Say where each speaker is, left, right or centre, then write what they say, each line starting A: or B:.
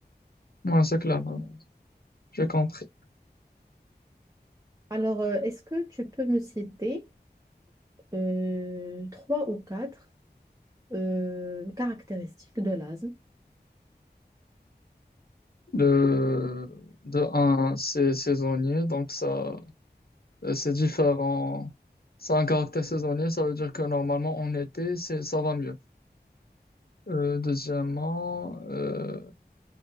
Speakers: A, on the left; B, on the right.
A: ouais, c'est clair. ouais. J'ai compris.
B: Alors, euh, est-ce que tu peux me citer euh, trois ou quatre euh, caractéristiques de l'asthme?
A: De, de un, c'est saisonnier, donc ça, euh, c'est différent. Ça a un caractère saisonnier, ça veut dire que normalement en été, c'est, ça va mieux. Euh, deuxièmement, euh,